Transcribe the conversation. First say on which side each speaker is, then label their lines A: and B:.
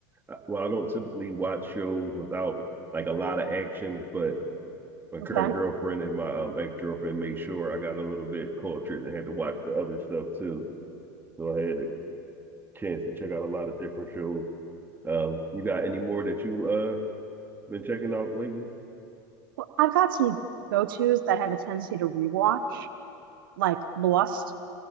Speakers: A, on the right; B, on the right.
A: uh, well I don't typically watch shows without like a lot of action, but my current
B: Okay.
A: girlfriend and my um ex-girlfriend made sure I got a little bit cultured and had to watch the other stuff too. So I had a chance to check out a lot of different shows. Um you got any more that you uh been checking out lately?
B: Well, I've got some go tos that have a tendency to rewatch, like Lost,